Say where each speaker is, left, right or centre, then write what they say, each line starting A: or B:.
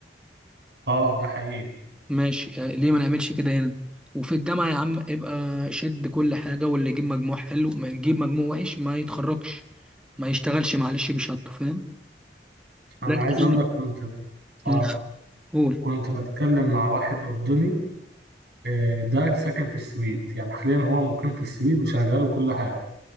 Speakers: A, on the right; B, in the centre.
A: اه ده حقيقي
B: ماشي آه ليه ما نعملش كده هنا؟ وفي الجامعة يا عم ابقى شد كل حاجة واللي يجيب مجموع حلو ما يجيب مجموع وحش ما يتخرجش ما يشتغلش معلش بشهادته فاهم؟ لكن
A: انا عايز اقول لك كنت اه
B: مم، قول
A: كنت بتكلم مع واحد أردني آه، ده ساكن في السويد يعني حاليا هو مقيم في السويد وشغال وكل حاجة